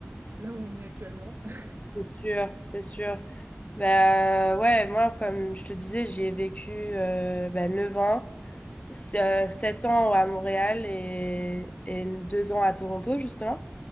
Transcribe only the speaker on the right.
là où on est actuellement. <laughs>